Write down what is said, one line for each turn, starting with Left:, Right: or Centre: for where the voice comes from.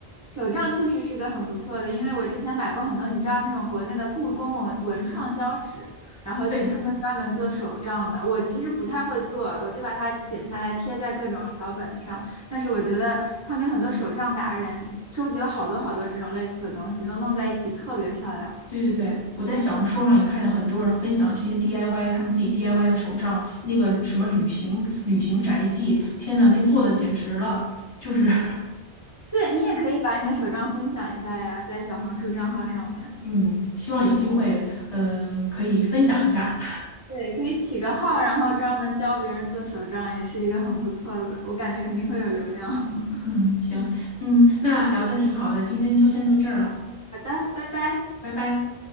Right: 手账确实是个很不错的，因为我之前买过很多，你知道那种国内的故宫文文创胶纸，然后就是他们专门做手账的。
Left: 对
Right: 我其实不太会做，我就把它剪下来贴在各种小本子上。但是我觉得他们有很多手账达人，收集了好多好多这种类似的东西，都弄在一起特别漂亮。
Left: 对对对，我在小红书上也看见很多人分享这些 DIY，他们自己 DIY 的手账，那个什么旅行旅行宅记，天呐，那做的简直了，就是 <laughs>
Right: 对，你也可以把你的手账分享一下呀，在小红书账号上面。
Left: 嗯，希望有机会，嗯、可以分享一下。
Right: 对，可以起个号，然后专门教别人做手账，也是一个很不错的，我感觉肯定会有流量。<laughs>
Left: <laughs> 嗯，行，嗯，那聊的挺好的，今天就先到这儿了，
Right: 好的，拜拜。
Left: 拜拜。